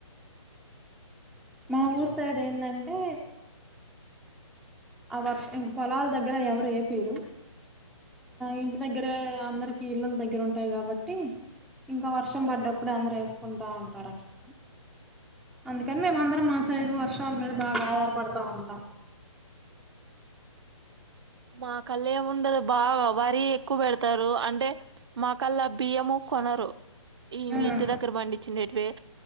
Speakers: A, in the centre; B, on the right (about 55°).
A: మా ఊరు సైడ్ ఏంటంటే ఆ వర్షం ఇంక పొలాల దగ్గర ఎవరు ఏపోరు ఇంటి దగ్గరే అందరికిీ ఇళ్ళల దగ్గర ఉంటాయి కాబట్టి ఇంకా వర్షం పడ్డప్పుడే అందరుూ వేసుకుంటూ ఉంటారనమాట అందుకని మేము అందరం మా సైడు వర్షాల మీద బాగా ఆధారపడతా ఉంటాం
B: మా కల్ళ ఏముండదు బాగా వరి ఎక్కువ పెడతారు అంటే మా కల్లా బియ్యము కొనరు ఇ
A: ఉమ్,
B: ఇంటి దగ్గర పండిచ్చినటువే